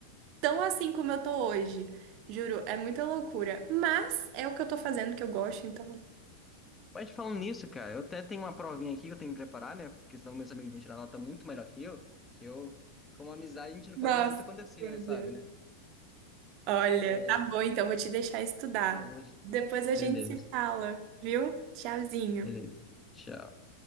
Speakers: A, on the right; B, on the left.
A: tão assim como eu tô hoje. Juro, é muita loucura. Mas é o que eu tô fazendo que eu gosto, então.
B: Mas falando nisso, cara, eu até tenho uma provinha aqui que eu tenho que preparar, né? Porque senão meus amigos vão tirar nota muito melhor que eu. Que eu, como amizade, a gente não
A: Nossa,
B: pode deixar isso acontecer,
A: meu
B: né? Sabe,
A: Deus.
B: né?
A: Olha,
B: É.
A: tá bom, então vou te deixar estudar.
B: Ai, eu vou.
A: Depois a gente
B: Beleza,
A: se fala, viu? Tchauzinho.
B: beleza. Tchau.